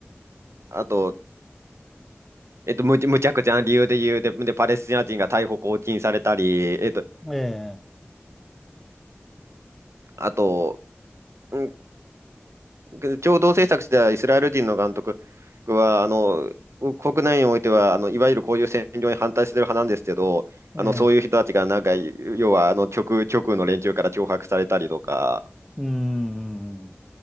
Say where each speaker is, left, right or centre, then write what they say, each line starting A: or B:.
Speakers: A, on the right; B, in the centre.
A: あと、えっと、むち、むちゃくちゃな理由で言うで、で、パレスチナ人が逮捕・拘禁されたり、えっと、
B: え
A: あと、うん、共同制作したイスラエル人の監督は、あの、国内においては、あの、いわゆるこういう占領に反対してる派なんですけど、
B: ー、
A: あの、
B: え
A: そういう人たちが、なんか、要は、あの、極、極右の連中から脅迫されたりとか、
B: ー、うん。